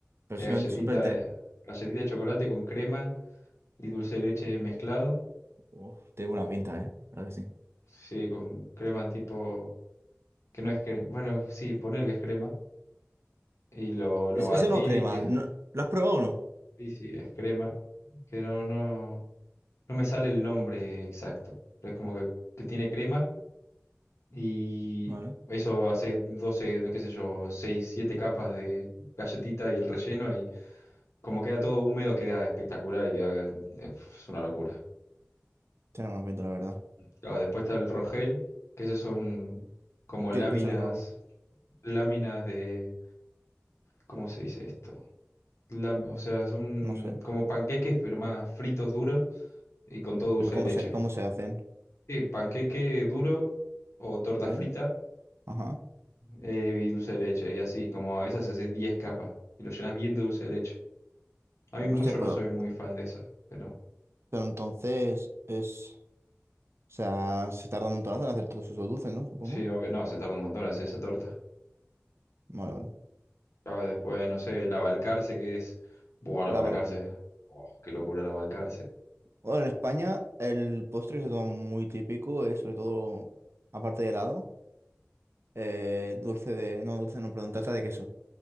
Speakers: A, on the right; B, on the left.
A: Pero
B: qué
A: son
B: galletita,
A: simplemente...
B: eh, galletita de chocolate con crema y dulce de leche mezclado.
A: Uf, tiene buena pinta, ¿eh? La verdad que sí.
B: Sí, con crema tipo, que no es crema. Bueno, sí, poner que es crema. Y lo, lo
A: Es-
B: batí
A: eso no crema.
B: y que
A: No- ¿Lo has probado o no?
B: sí, sí, es crema. Que no, no, no me sale el nombre exacto. Pero es como que, que tiene crema. Y
A: Vale.
B: eso haces 12 no qué sé yo, 6 7 capas de galletita y el relleno y como queda todo húmedo queda espectacular y queda, eh, es una locura.
A: Tiene buena pinta, la verdad.
B: Claro, después está el rogel, que esos son como
A: ¿Qué,
B: láminas,
A: qué es el robo?
B: láminas de, ¿cómo se dice esto? Lam- o sea, son
A: No sé.
B: como panqueques pero más fritos duros y con todo dulce
A: Pero ¿cómo
B: de leche.
A: se, cómo se hacen?
B: Sí, panqueque duro o torta
A: ¿Sí?
B: frita
A: Ajá.
B: eh, y dulce de leche, y así, como a esas haces 10 capas y lo llenas bien de dulce de leche. A mí mucho
A: Hostia, pero...
B: no soy muy fan de esas, pero
A: Pero entonces es... O sea, se tarda un montonazo en hacer todos esos dulces, ¿no? Supongo.
B: sí, obvio, no, se tarda un montón en hacer esa torta.
A: Vale, vale.
B: Ah, después, no sé, el abalcarce,
A: Eh,
B: que es. Buah, el abalcarce.
A: La val-
B: Oh, qué locura el abalcarce.
A: Bueno, en España el postre que se toma muy típico, es sobre todo, aparte de helado, eh, dulce de... No, dulce no, perdón, tarta de queso.